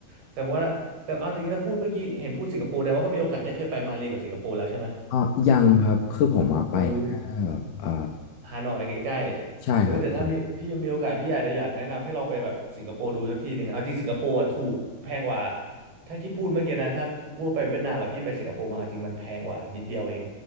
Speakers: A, on the right; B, on the left.
A: แสดงว่าแสดงเอาจริงๆถ้าพูดเมื่อกี้เห็นพูดสิงคโปร์แต่ว่าก็มีโอกาสได้เคยไปมาเลกับสิงคโปร์แล้วใช่ไหม
B: อ๋อยังครับคือผมอะไปแค่แบบเออ
A: เอ้ยฮานอยใกล้ๆเอ้ยแต่ถ้ามีพี่มีโอกาสพี่อาจจะอยากแนะนำให้ลองไปแบบสิงคโปร์ดูสักทีหนึ่งเอาจริงสิงคโปร์อะถูกแพงกว่า
B: ใช่ครับใช่
A: ถ้าที่พูดเมื่อกี้นะถ้าพูดไปเวียดนามอะพี่ไปสิงคโปร์มาเอาจริงมันแพงกว่านิดเดียวเอง